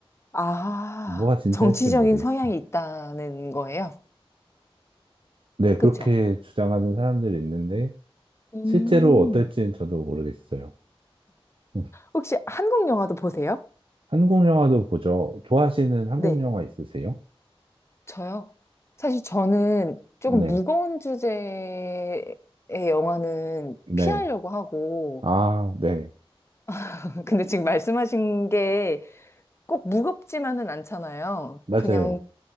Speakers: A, on the left; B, on the right.
A: 아,
B: 뭐가 진짜일지
A: 정치적인
B: 모르겠어요.
A: 성향이 있다는 거예요.
B: 네, 그렇게
A: 그쵸?
B: 주장하는 사람들이 있는데,
A: 음.
B: 실제로 어떨지는 저도 모르겠어요. 음.
A: 혹시 한국 영화도 보세요?
B: 한국 영화도 보죠. 좋아하시는 한국
A: 네.
B: 영화 있으세요?
A: 저요? 사실 저는 조금
B: 네,
A: 무거운 주제의 영화는
B: 네.
A: 피하려고 하고,
B: 아, 네.
A: <laughs> 근데 지금 말씀하신 게 꼭 무겁지만은 않잖아요.
B: 맞아요.
A: 그냥